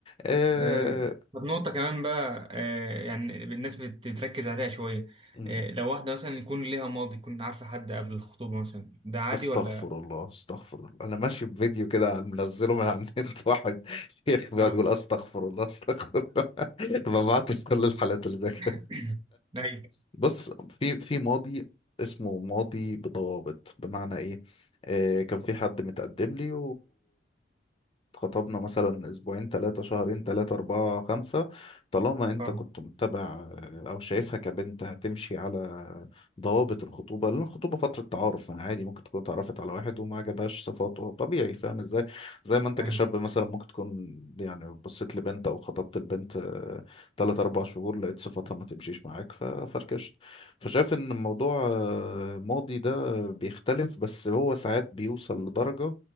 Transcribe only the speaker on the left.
آه،
مم.
استغفر
الله استغفر الله انا ماشي بفيديو كده منزله من على النت <laughs> واحد شيخ بيقعد
يقول استغفر الله استغفر الله <laughs> ببعت كل الحالات اللي زي كده
بص في في ماضي اسمه ماضي بضوابط بمعنى ايه آه كان في حد متقدم لي اتخطبنا مثلا اسبوعين ثلاثة شهرين ثلاثة أربعة خمسة طالما انت
كنت متبع آه، او شايفها كبنت هتمشي على ضوابط الخطوبة لان الخطوبة فترة تعارف يعني عادي ممكن تكون اتعرفت على واحد وما عجبهاش صفاته طبيعي فاهم ازاي زي ما انت
كشاب مثلا ممكن تكون يعني بصيت لبنت او خطبت البنت ثلاث أربع شهور لقيت صفاتها ما تمشيش معاك ففركشت فشايف ان الموضوع آه، ماضي ده بيختلف بس هو ساعات بيوصل لدرجة